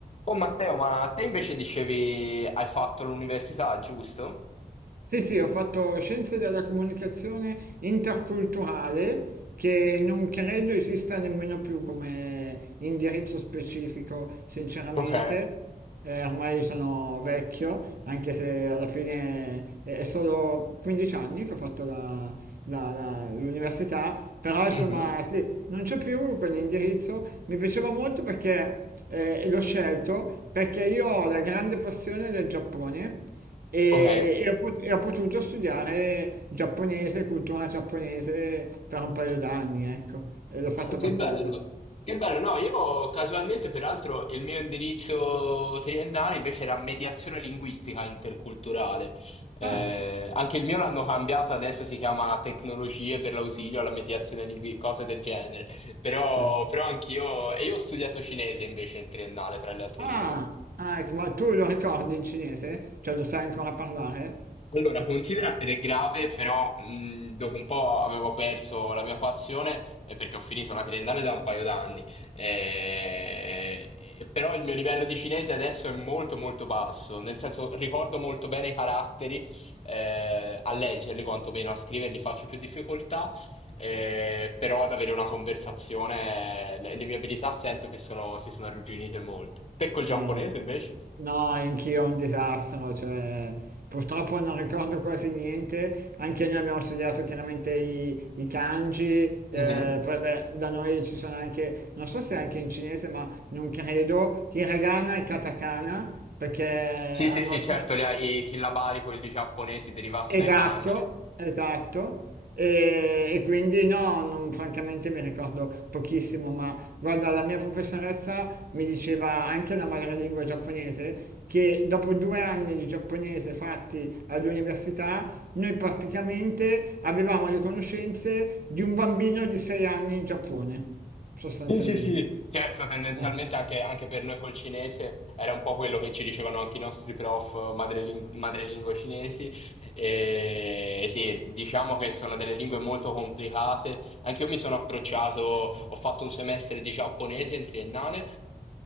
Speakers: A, on the left (about 40°); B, on the right (about 65°).
A: Oh Matteo, ma te invece dicevi hai fatto l'università, giusto?
B: Sì, sì, ho fatto scienze della comunicazione interculturale che non credo esista nemmeno più come indirizzo specifico, sinceramente.
A: Ok,
B: Eh, ormai sono vecchio, anche se alla fine è è solo 15 anni che ho fatto la- la- la- l'università, però insomma
A: Mhm,
B: sì, non c'è più quell'indirizzo. Mi piaceva molto perché eh, l'ho scelto, perché io ho la grande passione del Giappone e,
A: Ok.
B: e ho pot- e ho potuto studiare giapponese, cultura giapponese per un paio d'anni, ecco, e l'ho fatto
A: Ah, che
B: per
A: bello,
B: quello.
A: che bello. No, io casualmente, peraltro, il mio indirizzo triennale invece era mediazione linguistica interculturale. Eh,
B: Ah,
A: anche il mio l'hanno cambiato, adesso si chiama tecnologie per l'ausilio alla mediazione linguistica, cose del genere. Però,
B: certo.
A: però anch'io, e io ho studiato cinese invece in triennale, tra le altre
B: Ah,
A: lingue.
B: ah, ecco, ma tu lo ricordi in cinese? Cioè lo sai ancora parlare?
A: Allora, considera, ed è grave, però mh, dopo un po' avevo perso la mia passione eh, perché ho finito la triennale da un paio d'anni. Eh, eh, però il mio livello di cinese adesso è molto molto basso, nel senso ricordo molto bene i caratteri, eh, a leggerli quantomeno, a scriverli faccio più difficoltà, eh, però ad avere una conversazione eh, le, le mie abilità sento che sono- si sono arrugginite molto. Te col giapponese
B: Eh,
A: invece?
B: no, anch'io un disastro, cioè purtroppo non ricordo quasi niente, anche noi abbiamo studiato chiaramente i, i kanji, eh,
A: Mhm.
B: poi beh, da noi ci sono anche, non so se anche in cinese, ma non credo, hiragana e katakana, perché hanno
A: Sì, sì, sì, certo,
B: tre...
A: li ha- i sillabari, quelli giapponesi derivati
B: Esatto,
A: dai kanji.
B: esatto. E, e quindi no, non- francamente mi ricordo pochissimo, ma guarda, la mia professoressa mi diceva anche la madrelingua giapponese che dopo due anni di giapponese fatti all'università, noi praticamente avevamo le conoscenze di un bambino di sei anni in Giappone, sostanzialmente.
A: Sì, sì, sì. Certo, tendenzialmente
B: Eh,
A: anche, anche per noi col cinese era un po' quello che ci dicevano anche i nostri prof madreling- madrelingua cinesi. E sì, diciamo che sono delle lingue molto complicate. Anche io mi sono approcciato, ho fatto un semestre di giapponese in triennale